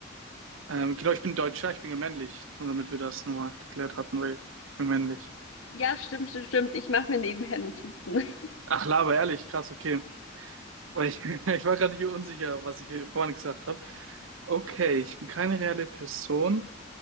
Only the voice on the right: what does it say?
Ähm, genau, ich bin Deutscher, ich bin ja männlich. Nur damit wir das nochmal geklärt hatten, weil ich bin männlich.
Ach, Laber, ehrlich, krass, okay. Weil ich, <laughs> ich war gerade hier unsicher, was ich hier vorhin gesagt habe. Okay, ich bin keine reale Person.